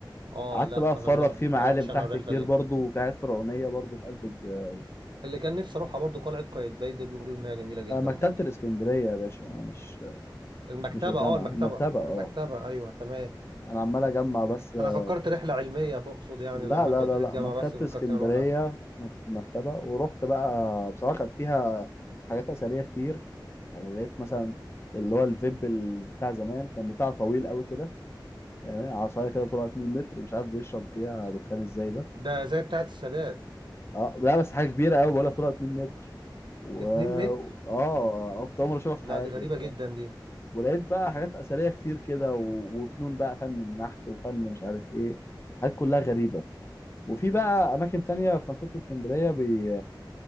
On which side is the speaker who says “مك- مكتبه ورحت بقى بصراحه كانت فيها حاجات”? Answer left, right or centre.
Left